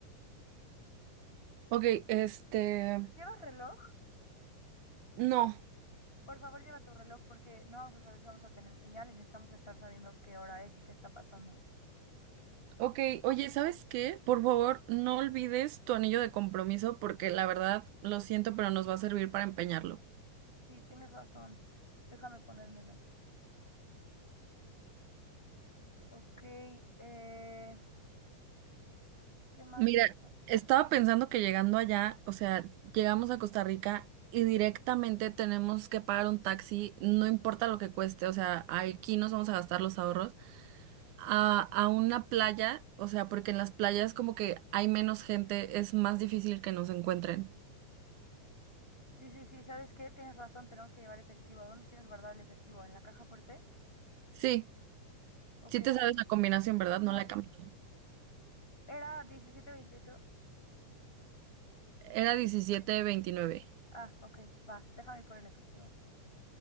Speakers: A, on the right; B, on the left.
A: Ok, este,
B: ¿Llevas reloj?
A: no.
B: Por favor, lleva tu reloj porque no vamos a saber si vamos a tener señal y necesitamos estar sabiendo qué hora es y qué está pasando.
A: Ok, oye, ¿sabes qué? Por favor, no olvides tu anillo de compromiso porque la verdad, lo siento, pero nos va a servir para empeñarlo.
B: Sí, tienes razón. Déjame ponérmelo. Ok, eh, ¿qué más?
A: Mira,
B: ¿Qué más?
A: estaba pensando que llegando allá, o sea, llegamos a Costa Rica y directamente tenemos que pagar un taxi, no importa lo que cueste, o sea, aquí nos vamos a gastar los ahorros, a, a una playa, o sea, porque en las playas como que hay menos gente, es más difícil que nos encuentren.
B: Sí, sí, sí, ¿sabes qué? Tienes razón, tenemos que llevar efectivo. ¿Dónde tienes guardado el efectivo? ¿En la caja fuerte?
A: Sí.
B: Ok,
A: Sí te sabes la combinación, ¿verdad?
B: no,
A: No la he cambiado.
B: era diecisiete veintiocho.
A: Era diecisiete veintinueve.
B: Ah, ok, va, déjame ir por el efectivo.